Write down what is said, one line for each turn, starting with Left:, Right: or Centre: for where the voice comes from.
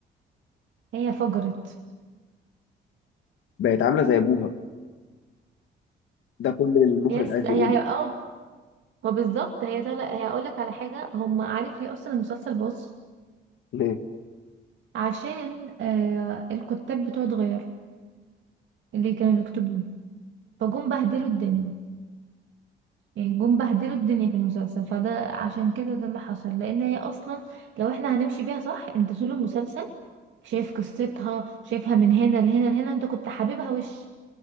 Right: هي فجرت
Left: بقت عاملة زي ابوها ده كل اللي المخرج
Right: يس
Left: عايز
Right: هي
Left: يقوله
Right: هي اه ما بالظبط هي طالع هي اقول لك على حاجة هم عارف ليه اصلا المسلسل باظ
Left: ليه
Right: عشان آه الكتاب بتوعه اتغير اللي كانوا بيكتبوه فجم بهدلوا الدنيا يعني جم بهدلوا الدنيا في المسلسل فده عشان كده ده اللي حصل لان هي اصلا لو احنا هنمشي بيها صح انت طول المسلسل شايف قصتها شايفها من هنا لهنا لهنا انت كنت حاببها وش